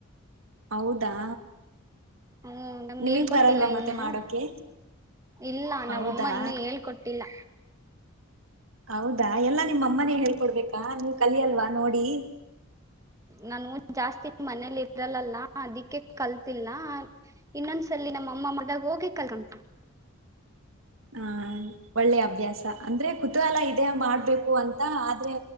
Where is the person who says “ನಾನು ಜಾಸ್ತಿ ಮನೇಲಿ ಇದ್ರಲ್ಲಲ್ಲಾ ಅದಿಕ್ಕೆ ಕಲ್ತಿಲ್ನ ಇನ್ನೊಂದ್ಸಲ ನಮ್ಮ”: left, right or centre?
Right